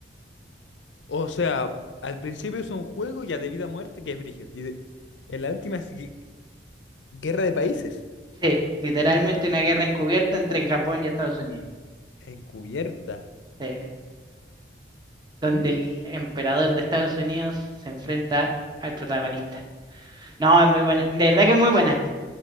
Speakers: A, on the left; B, on the right.
A: O sea, al principio es un juego ya de vida o muerte que es brígido. Y de- en la última es gui- guerra de países.
B: Sí, literalmente una guerra encubierta entre Japón y Estados Unidos.
A: Encubierta.
B: Sí, donde
A: Mish.
B: el emperador de Estados Unidos se enfrenta al protagonista. No, es muy buena. De verdad que es muy buena.